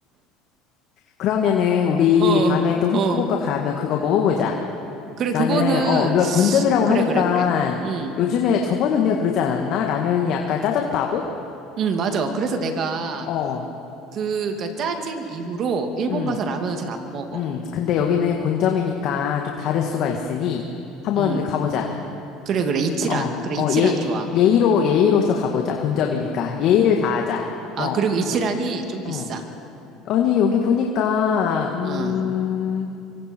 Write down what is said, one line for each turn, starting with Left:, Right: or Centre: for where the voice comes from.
Left: 그러면은 우리
Right: 어,
Left: 다음에 또 후쿠오카
Right: 어.
Left: 가면 그거 먹어보자.
Right: 그래,
Left: 나는,
Right: 그거는,
Left: 어, 이거 본점이라고
Right: 어, 그래,
Left: 하니까
Right: 그래, 그래. 음,
Left: 요즘에 저번에 언니가 그러지 않았나? 라면이 약간 짜졌다고?
Right: 음, 맞아. 그래서 내가,
Left: 어,
Right: 그, 그니까 짜진 이후로 일본
Left: 응,
Right: 가서 라면을 잘 안 먹어.
Left: 응. 근데 여기는 본점이니까 좀 다를 수가 있으니 한번
Right: 음.
Left: 가보자.
Right: 그래, 그래. 이치란.
Left: 어,
Right: 그래, 이치란
Left: 어, 예,
Right: 좋아.
Left: 예의로, 예의로서 가보자. 본점이니까. 예의를 다하자.
Right: 아,
Left: 어,
Right: 그리고 이치란이 좀
Left: 어.
Right: 비싸.
Left: 아니, 여기 보니까, 음,
Right: 어,